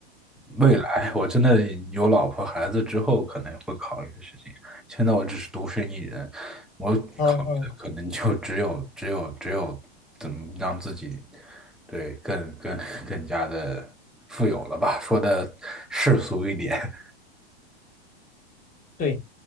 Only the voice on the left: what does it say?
嗯，
好好
对，